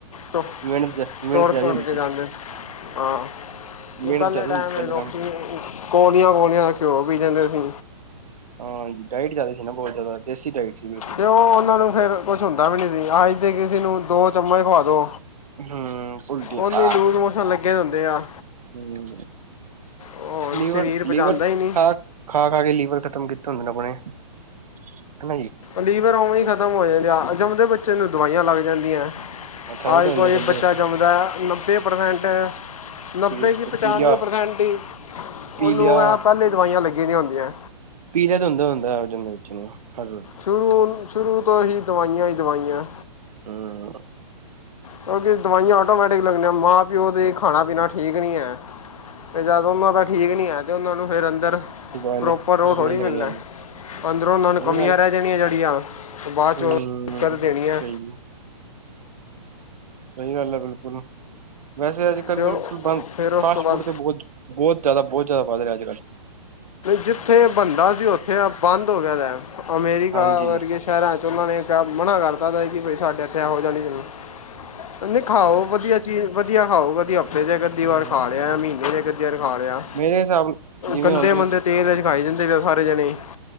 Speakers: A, on the left; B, on the right.
A: ਤੁਰ-
B: ਮਿਹਨਤ ਮਿਹਨਤ
A: ਤੁਰ
B: ਜ਼ਿਆਦਾ ਹੁੰਦੀ
A: ਕੇ
B: ਸੀ
A: ਜਾਂਦੇ ਸੀ ਆ।
B: ਮਿਹਨਤ
A: ਪੈਲੇ
B: ਜ਼ਿਆਦਾ
A: ਟੈਮ
B: ਹੁੰਦੀ ਸੀ ਪਹਿਲੇ
A: ਲੋਕੀ
B: ਕੰਮ
A: ਕੋੋਲੀਆਂ-ਕੌਲੀਆਂ ਘਿਓ ਪੀ ਜਾਂਦੇ ਸੀ।
B: ਹਾਂ ਡਾਇਟ ਜਾਦਾ ਸੀ ਨਾ ਬੋਲਦੇ ਸਨ। ਦੇਸੀ ਡਾਇਟ ਸੀ ਬਿਲ
A: ਤੇ ਓ ਉਹਨਾਂ ਨੂੰ ਫਿਰ ਕੁਛ ਹੁੰਦਾ ਵੀ ਨੀ ਸੀ ਅੱਜ ਦੀ ਕਿਸੇ ਨੂੰ ਦੋ ਚੰਮਣ ਖਵਾ ਦੋ
B: ਹਮ ਉਲਟੀਆਂ
A: ਓਹਨੂੰ ਈ ਲੂਜ਼ ਮੌਸਣ ਲੱਗੇ ਦੇ ਹੁੰਦੇ ਆ।
B: ਹੂੰ
A: ਉਹ ਹੁਣ
B: ਲੀਵਰ-ਲੀਵਰ
A: ਸਰੀਰ ਪਚਾਉਂਦਾ ਹੀ ਨਹੀਂ
B: ਫੈਟ ਖਾ-ਖਾ ਕੇ ਲੀਵਰ ਖਤਮ ਕੀਤੇ ਹੁੰਦੇ ਨੇ ਅਪਣੇ ਕਿ ਨਈ
A: ਲੀਵਰ ਉਵੇਂ ਹੀ ਖਤਮ ਹੋ ਜਾਂਦੇ ਆ ਜੰਮਦੇ ਬੱਚੇ ਨੂੰ ਦਵਾਈਆਂ ਲੱਗ ਜਾਂਦੀਐ।
B: ਥਾਇਰਡ
A: ਅੱਜ
B: ਹੋ ਜਾਂਦਾ
A: ਕੋਈ
B: ਜੰਮਦੇ
A: ਬੱਚਾ
B: ਬੱਚੇ
A: ਜੰਮਦਾ ਐ ਨੱਬੇ ਪ੍ਰਸੈਂਟ ਨੱਬੇ
B: ਪੀ-
A: ਕਿ
B: ਪੀਲੀਆ
A: ਪਚਾਨਵੇਂ ਪ੍ਰਸੈਂਟ ਹੀ
B: ਪੀਲੀਆ
A: ਉਹਨੂੰ ਆ ਪੈਲੇ ਈ ਦਵਾਈਆਂ ਲੱਗੀ ਦੀਆਂ ਹੁਦੀਐ।
B: ਪੀਲੀਆ ਤਾਂ ਹੁੰਦਾ-ਹੁੰਦਾ ਜਮੰਦੇ ਬੱਚੇ ਨੂੰ ਹਰ ਰੋਜ਼
A: ਸ਼ੁਰੂ-ਸ਼ੁਰੂ ਤੋਂ ਹੀ ਦਵਾਈਆਂ ਹੀ ਦਵਾਈਆਂ
B: ਹੂੰ
A: ਕਿਉਂਕਿ ਦਵਾਈਆਂ ਆਟੋਮੈਟਿਕ ਲੱਗਣੀਆਂ। ਮਾਂ -ਪਿਓ ਦੀ ਖਾਣਾ-ਪੀਣਾ ਠੀਕ ਨੀ ਹੈ। ਤੇ ਜਦ ਉਹਨਾਂ ਦਾ ਠੀਕ ਨੀ ਹੈ, ਤੇ ਉਹਨਾਂ ਨੂੰ ਫਿਰ ਅੰਦਰ
B: ਜੁਆਇਨ
A: ਪ੍ਰੋਪਰ ਉਹ
B: ਲੱਗਣੀ
A: ਥੋੜ੍ਹੀ
B: ਲੱਗਣੀ
A: ਮਿਲਨੈ। ਅੰਦਰੋਂ ਉਨ੍ਹਾਂ ਨੂੰ
B: ਸਹੀ
A: ਕਮੀਆਂ
B: ਗੱਲ
A: ਰਹਿ ਜਾਣੀਆਂ। ਜਿਹੜੀਆਂ ਬਾਅਦ
B: ਹਮ
A: ਚ ਓਹ ਦਿੱਕਤ ਦੇਣੀਐ।
B: ਸਹੀ ਸਹੀ ਗੱਲ ਐ ਬਿਲਕੁਲ। ਵੈਸੇ ਅੱਜ-ਕੱਲ੍ਹ
A: ਤੇ ਉਹ-
B: ਬਿਲਕੁਲ ਬੰਦ,
A: ਫਿਰ ਉਸ
B: ਫਾਸਟ
A: ਤੋਂ ਬਾਅਦ
B: ਫੂਡ ਤੇ ਬੋਜ ਬਹੁਤ ਜਾਦਾ, ਬਹੁਤ ਜਾਦਾ ਵੱਧ ਰਿਹਾ ਅੱਜ-ਕੱਲ।
A: ਜਿੱਥੇ ਬੰਨਦਾ ਸੀ ਓਥੇ ਬੰਦ ਹੋ ਗਿਆ ਡੈਮ। ਅਮੇਰੀਕਾ
B: ਹਾਂਜੀ
A: ਵਰਗੇ ਸ਼ਹਿਰਾਂ ਚ ਉਨਾਂ ਨੇ <inaudible> ਮਨਾ ਕਰਤਾ ਸੀ ਕਿ ਬਈ ਸਾਡੇ ਇੱਥੇ ਐਹੋ ਜਿਹਾ ਨਈ ਚਲਨਾ।
B: ਹ <unintelligible>
A: ਨਹੀਂ ਖਾਓ, ਵਧੀਆ ਚੀਜ਼, ਵਧੀਆ ਖਾਓ। ਵਦੀਆ, ਬੇਸ਼ਕ ਅੱਧੀ ਵਾਰ
B: ਹਾਂ
A: ਖਾ ਲਿਆ ਮਹੀਨੇ ਚ ਇੱਕ ਅੱਧੀ ਵਾਰ ਖਾ ਲਿਆ।
B: ਮੇਰੇ ਹਿਸਾਬ ਜਿਵੇਂ
A: ਗੰਦੇ
B: ਹੁਣ ਤੁਹੀ
A: ਮੰਦੇ ਤੇਲ ਚ ਖਾਈ ਜਾਂਦੇ ਪਏ ਆ ਸਾਰੇ ਜਣੇ।